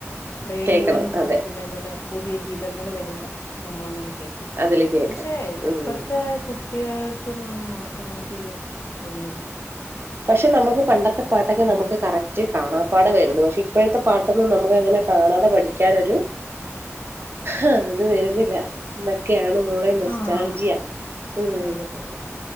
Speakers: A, on the left (about 65°); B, on the right (about 45°).
A: റേഡിയോയിൽ
B: കേക്കണം
A: നമുക്കിത്
B: അതെ
A: അതേപോലെ പുതിയ ഗീതങ്ങൾ വരുമ്പം നമ്മളങ്ങനെ കെ കേക്കും
B: അതില് കേക്കാം
A: പക്ഷെ
B: ഉം
A: ഇപ്പത്തെ കു ട്ടികൾക്ക്ന്ന് പറഞ്ഞാൽ അവർക്ക് അങ്ങനത്തെ ഒരു ഇതൊന്നുല്ല
B: പക്ഷെ നമുക്ക് പണ്ടത്തെ പാട്ടൊക്കെ
A: ആഹ്
B: നമുക്ക് കറക്റ്റ് കാണാ പാടായിരുന്നു പക്ഷെ ഇപ്പത്തെ പാട്ടൊന്നും നമുക്ക്
A: അതെ
B: അങ്ങനെ
A: അതെ അതെ
B: കാണാതെ പഠിക്കാനൊരു ആ അത് വരുന്നില്ല ഇതൊക്കെയാണ് മോളെ നൊസ്റ്റാൽജിയ
A: ആഹ് ആഹ്
B: ഉം
A: അതെ അതെ അതെ